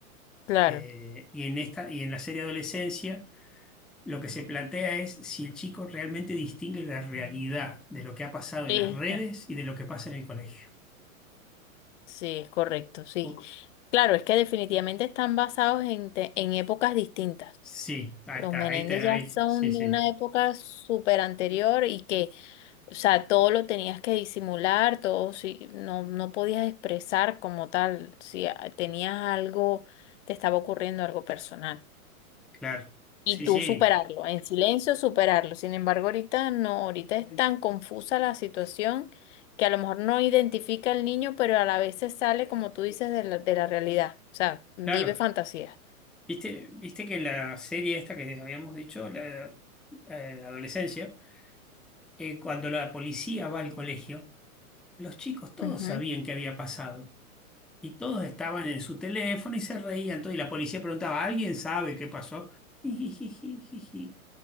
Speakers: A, on the left (about 55°); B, in the centre.
A: Claro.
B: Eh, y en esta, y en la serie Adolescencia, lo que se plantea es si el chico realmente distingue la realidad de lo que ha pasado
A: Exacto.
B: en las redes y de lo que pasa en el colegio.
A: Sí, es correcto, sí.
B: Pu-
A: Claro, es que definitivamente están basados en, te- en épocas distintas.
B: Sí, ahí
A: Los
B: está,
A: Menéndez
B: ahí te, ahí,
A: ya son
B: sí, sí.
A: de una época súper anterior y que, o sea, todo lo tenías que disimular, todo, sí, no, no podías expresar como tal, si a- tenías algo, te estaba ocurriendo algo personal.
B: Claro,
A: y
B: sí,
A: tú
B: sí,
A: superarlo, en silencio superarlo. Sin embargo, ahorita no, ahorita es tan confusa la situación que a lo mejor no identifica al niño, pero a la vez se sale, como tú dices, de la, de la realidad. O sea, vive
B: claro.
A: fantasías
B: Viste, viste que en la serie esta que habíamos dicho, la eh, adolescencia, eh, cuando la policía va al colegio, los chicos todos
A: Ujú.
B: sabían qué había pasado y todos estaban en su teléfono y se reían. Todo, y la policía preguntaba, ¿alguien sabe qué pasó? Jijijijiji,